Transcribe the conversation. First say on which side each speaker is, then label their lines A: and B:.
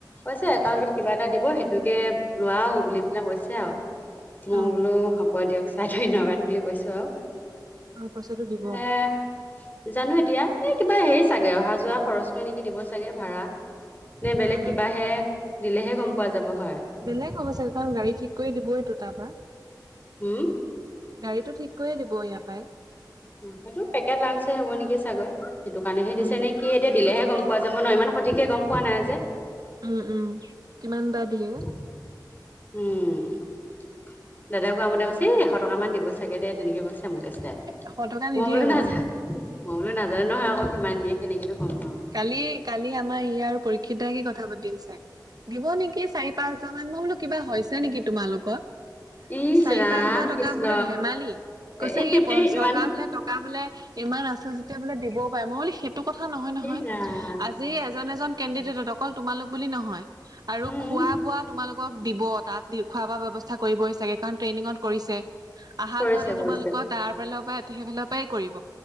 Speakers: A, on the left (about 25°); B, on the right (about 60°).
A: কৈছে একাউণ্টত কিবা এটা দিব, সেইটোকে লোৱাও বুলি পেলাই কৈছে আৰু। মই
B: অ',
A: বোলো হ'ব দিয়ক ছাৰ ধন্যবাদ বুলি কৈছো আৰু।
B: অ', পইচাটো দিব
A: <unintelligible> জানো এতিয়া এ কিবা হেৰি চাগে অহা যোৱা খৰচটোৱে নেকি দিবাগে ভাড়া। নে
B: অ',
A: বেলেগ কিবাহে
B: অ'।
A: দিলেহে গম পোৱা যাব হয়।
B: বেলেগ হ'ব চাগে কাৰণ গাড়ী ঠিক কৰি দিবই তাৰপৰা।
A: হম?
B: গাড়ীটো ঠিক কৰিয় দিব ইয়াৰ পৰাই।
A: সেইটো পেকেট লাঞ্চে হ'ব নেকি চাগৈ, সেইটো কাৰণেহে
B: উম,
A: দিছে নে কি এতিয়া দিলেহে গম পোৱা যাব ন ইমান সঠিকে গম পোৱা নাই যে।
B: উম উম কিমান বা দিয়ে।
A: উম। দাদাই কোৱা মতে কৈছে এ এশ টকা মান দিব চাগে দে তেনেকে কৈছে। <unintelligible>
B: এশ টকা
A: মই
B: নিদিয়ে
A: বোলো
B: বাৰু।
A: নাজা মই বোলো নাজানো নহয় আকৌ কিমান দিয়ে কেনেকেনো কম নহ।
B: কালি কালি আমাৰ ই আৰু পৰীক্ষিত দাই কি কথা পাতি আছে, দিব নেকি চাৰি পাঁচ হাজাৰ মান, মই বোলো কিবা হৈছে নেকি তোমালোকৰ।
A: ইচ
B: চাৰি
A: ৰাম
B: পাঁচ হাজাৰ টকা
A: কৃষ্ণ
B: বোলো ধেমালি, কৈছে
A: এ
B: ই চৰকাৰ
A: ইমান
B: বোলে ট টকা বোলে ইমান আছে যেতিয়া বোলে দিবও পাৰে, মই বোলো সেইটো কথা নহয় নহয়।
A: জা
B: আজি এজন এজন কেণ্ডিডেটত অকল তোমালোক বুলি নহয় আৰু
A: উম
B: খোৱা বোৱা তোমালোক কক দিব তাত দি খোৱা বোৱা ব্যৱস্থা কৰিবই চাগে। কাৰণ ট্ৰেইনিঙত কৰিছে, আহা
A: কৰিছে
B: যোৱাতো
A: কৰিছে
B: তোমালোকৰ তাৰ ফালৰ পৰা সেইফালৰ পৰাই কৰিব।